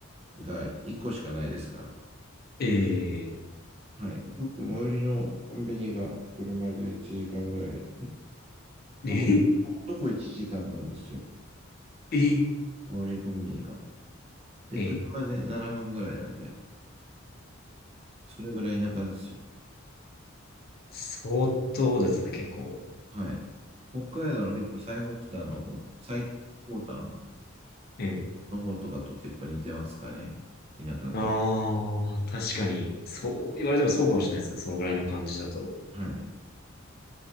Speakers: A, on the right; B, on the left.
A: ーが1個しかないですから
B: ええ。
A: はい。僕、最寄りのコンビニが車で1時間ぐらい、ん
B: ええ。
A: 徒歩、徒歩1時間なんですよ。
B: ええ。
A: 最寄りコンビニが。で、
B: ええ
A: 車で7分ぐらいなんで、それぐらい田舎ですよ。
B: 相当ですね、結構。
A: はい。北海道の結構最北端の方、最高端
B: ええ。
A: の方とかと結構似てますかね。田舎が。
B: ああ、確かに。そう言われてもそうかもしれないですね。そのぐらいの感じだと。
A: はい。